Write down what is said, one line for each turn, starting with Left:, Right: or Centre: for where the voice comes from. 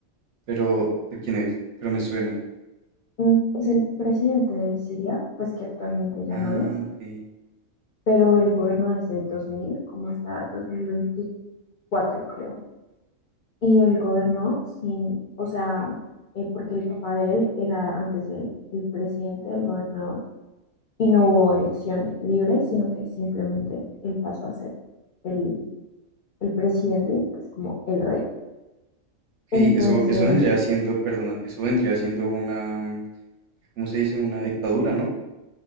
Right: Pero, ¿de quién es? Pero me suena.
Left: Mm, Es el presidente de Siria, pues que actualmente ya
Right: Ah,
Left: no es,
Right: ok.
Left: pero él gobernó desde 2000 como hasta 2024 creo. Y él gobernó sin, o sea, eh, porque el papá de él era antes el, el presidente, el gobernador, y no hubo elecciones libres, sino que simplemente él pasó a ser el, el presidente y pues como el rey.
Right: Hey,
Left: Entonces,
Right: eso, eso vendría siendo, perdona, eso vendría siendo una, ¿cómo se dice? Una dictadura, ¿no?